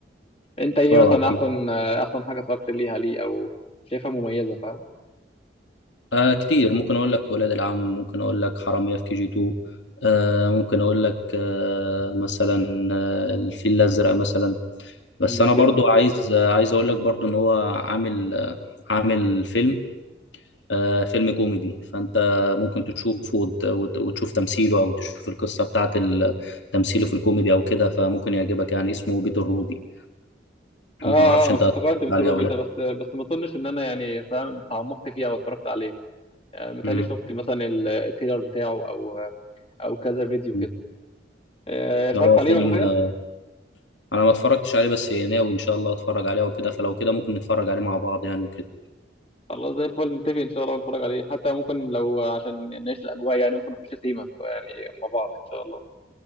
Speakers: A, on the left; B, on the left.
A: أنت إيه
B: اه
A: مثلا
B: اكيد
A: أحسن آه، أحسن حاجة اتفرجت ليها ليه أو شايفها مميزة فاهم؟
B: آه كتير ممكن اقول لك ولاد العم ممكن اقول لك حرامية في كي جي 2 آه ممكن اقول لك آه مثلا آه الفيل الازرق مثلا بس
A: مم،
B: انا برضو
A: جدا
B: عايز آه عايز اقول لك برضو ان هو عامل آه عامل فيلم آه، فيلم كوميدي فانت ممكن تشوفه وت- وت- وتشوف تمثيله او تشوف القصه بتاعت ال- تمثيله في الكوميدي او كده فممكن يعجبك يعني اسمه بيت الروبي
A: اه
B: ما اعرفش انت
A: اه افتكرت
B: هتتفرج
A: بيت
B: عليه
A: روبي
B: او لا
A: ده بس بس ما اظنش ان انا يعني فاهم تعمقت فيها واتفرجت عليه آه، متهيألي
B: مم.
A: شفت مثلا ال- التريلر بتاعه او او كذا فيديو
B: مم.
A: كده آه، اتفرجت
B: ده هو
A: عليه
B: فيلم
A: ولا حاجه
B: آه، انا ما اتفرجتش عليه بس ناوي ان شاء الله اتفرج عليه وكده فلو كده ممكن نتفرج عليه مع بعض يعني وكده
A: خلاص زي الفل نتفق ان شاء الله نتفرج عليه حتى ممكن لو عشان نعيش الاجواء يعني ممكن نخش سيما يعني مع بعض ان شاء الله